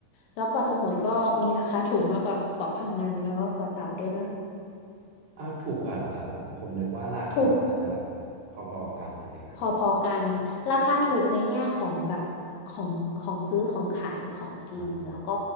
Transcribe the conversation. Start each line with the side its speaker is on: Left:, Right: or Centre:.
Left: แล้วเกาะสมุยก็มีราคาถูกมากกว่าเกาะพะงันแล้วก็เกาะเต่าด้วยนะ
Right: อ้าวถูกกว่าเหรอครับผมผมนึกว่าราคาอาจจะแบบพอๆกันอะไรเงี้ยครับ
Left: ถูก พอๆกัน ราคาถูกในแง่ของแบบของของซื้อของขายของกินแล้วก็
Right: อ่า